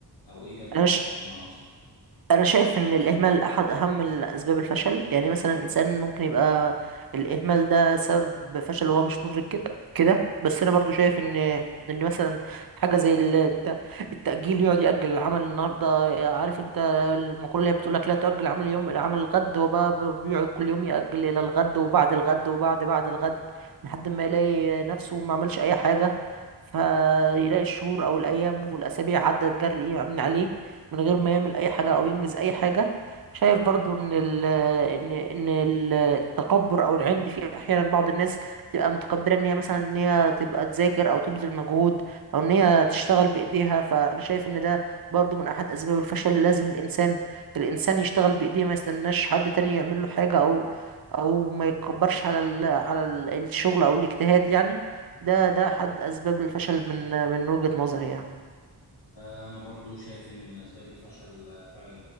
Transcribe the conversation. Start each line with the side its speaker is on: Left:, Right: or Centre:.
Left: او ايه هي المقومات
Right: انا
Left: بمعنى صح
Right: انا شايف ان الاهمال احد اهم اسباب الفشل يعني مثلا الانسان ممكن يبقى الاهمال ده سبب فشل وهو مش مدرك كده كده بس انا برضو شايف ان ان مثلا حاجه زي الت- التاجيل يقعد ياجل العمل النهارده عارف انت المقوله اللي بتقول لك لا تؤجل عمل اليوم الى عمل الغد هو بقى ب- بيقعد كل يوم ياجل الى الغد وبعد الغد وبعد بعد الغد لحد ما يلاقي نفسه ما عملش اي حاجه فيلاقي الشهور او الايام والاسابيع عدت جري من عليه من غير ما يعمل اي حاجه او ينجز اي حاجه شايف برضو ان ال ان ان ال- التكبر او العند في احيانا بعض الناس تبقى متكبره ان هي مثلا ان هي تبقى تذاكر او تبذل مجهود او ان هي تشتغل بايديها فانا شايف ان ده برضو من احد اسباب الفشل لازم الانسان الانسان يشتغل بايديه ما يستناش حد تاني يعمل له حاجه او او ما يتكبرش على ال على ال- الشغل او الاجتهاد يعني ده ده احد اسباب الفشل من من وجهة نظري يعني
Left: أنا برضو شايف إن من أسباب الفشل فعلا